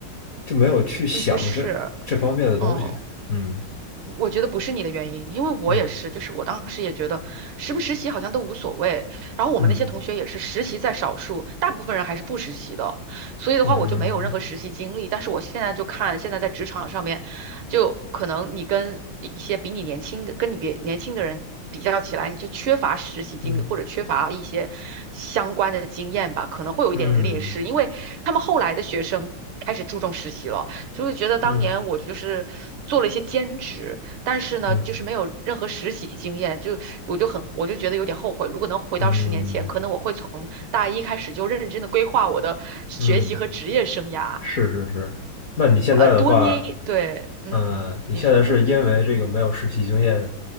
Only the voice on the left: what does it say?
就没有去想这这方面的东西。
嗯
嗯。
嗯
嗯
嗯
嗯
嗯
嗯
嗯
嗯，是是是。那你现在的话，
呃，你现在是因为这个没有实习经验，